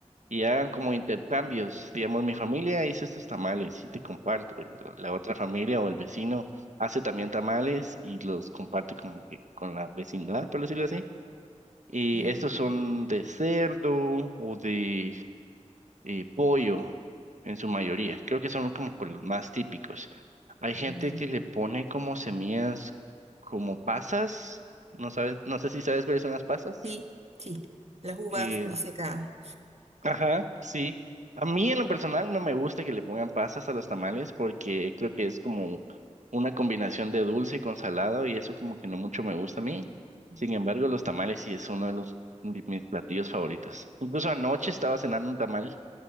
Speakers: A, on the right (about 75°); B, on the right (about 60°).
A: y hagan como intercambios. Digamos, mi familia hizo estos tamales y te comparto. y La la otra familia o el vecino hace también tamales y los comparte como que con la vecindad, por decirlo así. Y
B: mm,
A: estos son de cerdo o de eh, pollo en su mayoría. Creo que son como con los más típicos. Hay gente
B: ya.
A: que le pone como semillas, como pasas. No sabes, no sé si sabes cuáles son las pasas.
B: Sí, sí, las uvas
A: Eh,
B: disecadas.
A: Ajá. sí. A mí en lo personal no me gusta que le pongan pasas a los tamales porque
B: Mm,
A: creo que es como una combinación de dulce con salado y eso como que no mucho me gusta a mí.
B: mm,
A: Sin embargo, los tamales sí es uno de los de mis platillos favoritos. Incluso anoche estaba cenando un tamal